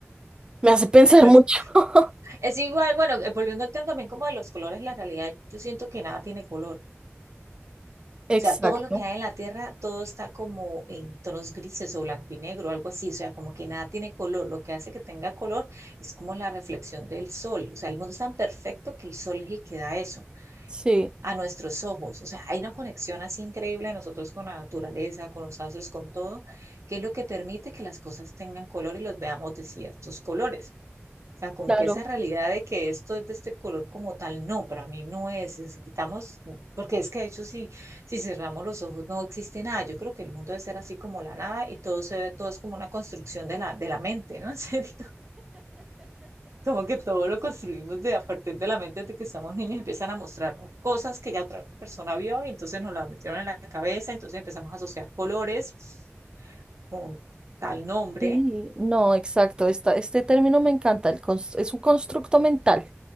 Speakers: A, on the right; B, on the right.
A: me hace pensar
B: Pues,
A: mucho. <laughs>
B: es igual, bueno, eh, volviendo al tema también como de los colores, la realidad, yo siento que nada tiene color.
A: Exacto.
B: O sea, todo lo que hay en la tierra, todo está como en tonos grises o blanco y negro, algo así. O sea, como que nada tiene color. Lo que hace que tenga color es como la reflexión del sol. O sea, el mundo es tan perfecto que el sol es el que da eso.
A: Sí,
B: a nuestros ojos. O sea, hay una conexión así increíble de nosotros con la naturaleza, con los astros, con todo, que es lo que permite que las cosas tengan color y los veamos de ciertos colores. O sea, como
A: claro.
B: que esa realidad de que esto es de este color como tal, no, para mí no es. Si quitamos, porque es que de hecho si, si cerramos los ojos no existe nada. Yo creo que el mundo debe ser así como la nada y todo, se, todo es como una construcción de la, de la mente, ¿no? <laughs> En serio. Como que todo lo construimos de a partir de la mente de que estamos niños, empiezan a mostrarnos cosas que ya otra persona vio y entonces nos las metieron en la cabeza, entonces empezamos a asociar colores con tal nombre.
A: Sí, no, exacto. Esta, este término me encanta. El cons- es un constructo mental.